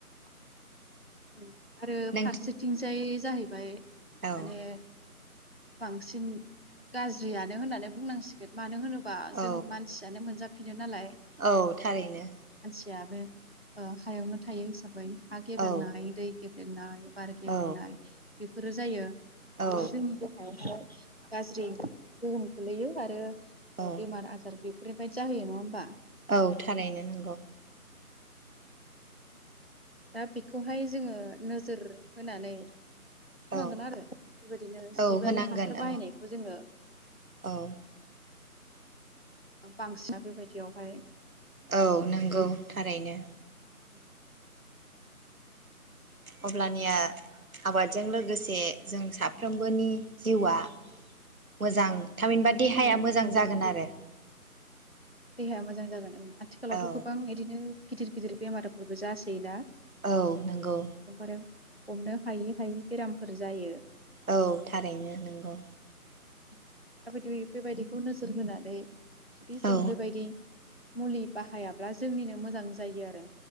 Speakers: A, on the left; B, on the right.
A: <unintelligible> ओम आरो
B: नों
A: फारसेथिंजाय जाहैबाय माने
B: औ
A: बांसिन गाज्रियानो होननानै बुंनांसिगोन मानो होनो बा
B: औ
A: जों मानसियानो मोनजा फिनो नालाय
B: औ थारैनो।
A: फाबो ओ हायावनो थायो हिसाब हा गेब्रेंनानै
B: औ
A: दैे गेब्रें दोननाय बार गेब्रेंनाय
B: औ
A: बेफोरो जायो।
B: औ
A: बेयो जोंनि बेवहाय गाज्रि गोहोम खोलैयो आरो ओ
B: औ
A: बेमार आजार बे बेफोरनिफ्रायनो जोहैयो नङा होमबा?
B: औ थारैनो नंगौ।
A: दा बेखौहाय जोङो नोजोर होनानै होनांगोन
B: औ
A: आरो बेबादिनो
B: औ
A: जिबारि
B: होनांगोन
A: हासार
B: औ
A: बाहायनायखौ जोङो
B: औ
A: बांसिना बेबायदियावहाय
B: औ नोंगौ थारैनो।
A: औ
B: अब्लानिया आबादजों लोगोसे जों साफ्रोमबोनि जिउआ मोजां थामहिनबा देहाया
A: औ
B: मोजां
A: औ
B: जागोन आरो।
A: देहाया मोजां जागोन ओं आथिखालावथ'
B: औ
A: गोबां इदिनो गिदिर गिदिर बेमारफोरबो जासोयोना
B: औ नंगौ।
A: एकदमबारे हमनो हायै हायै बेरामफोर जायो।
B: औ थारैनो नोंगौ।
A: <unintelligible> बेबायदिखौ नोजोर होनानै जों
B: औ
A: बेबायदि मुलि बाहायाब्ला जोंनिनो मोजां जायो आरो।